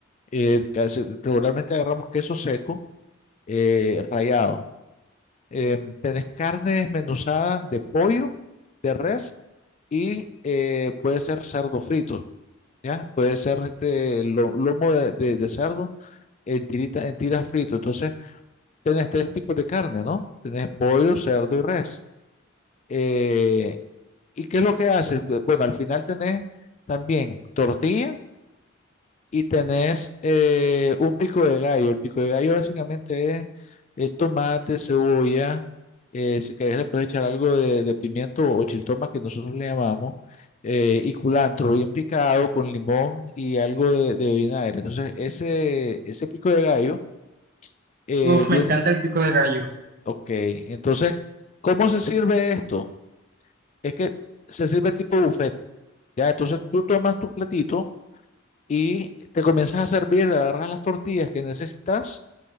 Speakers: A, on the left; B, on the right.
A: Eh, casi- regularmente agarramos queso seco, eh, rallado. Em, tenés carne desmenuzada de pollo, de res y eh, puede ser cerdo frito, ¿ya? Puede ser este lo- lomo de, de- de cerdo en tirita, en tiras frito. Entonces, tenés tres tipos de carne, ¿no? Tenés pollo, cerdo y res. Eh, ¿y qué es lo que haces? Bu- Bueno, al final tenés también tortilla y tenés eh, un pico de gallo. El pico de gallo básicamente es, es tomate, cebolla, eh, si querés le puedes echar algo de, de pimiento o chiltoma que nosotros le llamamos, eh, y culantro bien picado con limón y algo de, de vinagre. Entonces, ese, ese pico de gallo eh,
B: Uf,
A: viene,
B: me encanta el pico de gallo.
A: ok, entonces, ¿cómo se sirve esto? Es que se sirve tipo buffet, ¿ya? Entonces tú tomas tu platito y te comienzas a servir, agarras las tortillas que necesitas